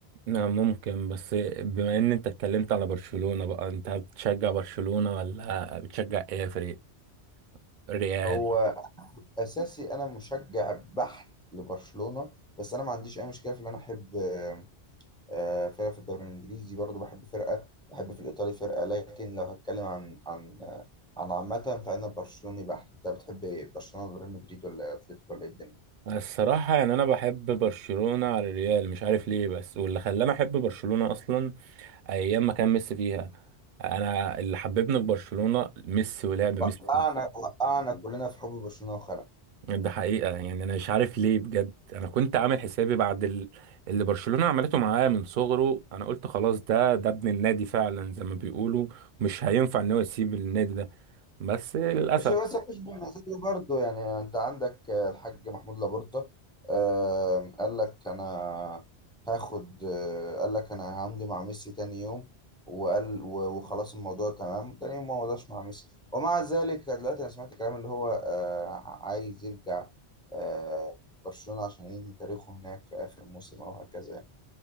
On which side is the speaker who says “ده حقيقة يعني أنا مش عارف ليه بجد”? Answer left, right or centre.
Right